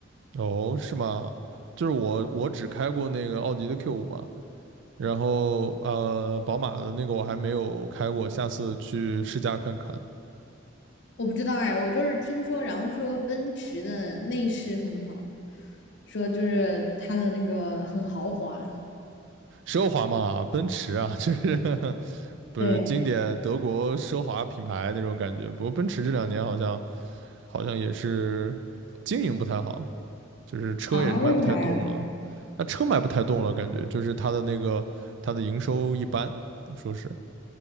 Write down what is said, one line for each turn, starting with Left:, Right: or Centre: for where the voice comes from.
Right: 哦，是吗？就是我我只开过那个奥迪的 Q 五嘛，然后呃，宝马的那个我还没有开过，下次去试驾看看。
Left: 我不知道哎，我就是听说，然后说奔驰的内饰很好，说就是它的那个很豪华。
Right: 奢华嘛，奔驰啊，就是 <laughs> 不是经典德国奢华品牌那种感觉。
Left: 对
Right: 不过奔驰这两年好像好像也是经营不太好，就是车也是卖不太动了。
Left: 啊，为啥呀？
Right: 那车卖不太动了，感觉就是它的那个它的营收一般，说是